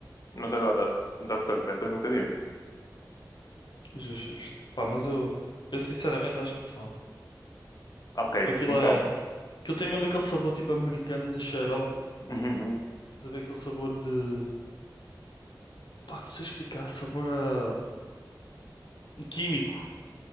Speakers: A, on the left (about 50°); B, on the left (about 85°).
A: mas agora Dr. Pepper nunca vi.
B: Justo, justo. Pá, mas eu, eu sinceramente acho muito bom.
A: Ok,
B: Tipo, aquilo
A: então.
B: é. Aquilo tem mesmo aquele sabor tipo americano de xarope.
A: Uhum,
B: Estás a ver aquele sabor de. Pá, não sei explicar, sabor a. químico.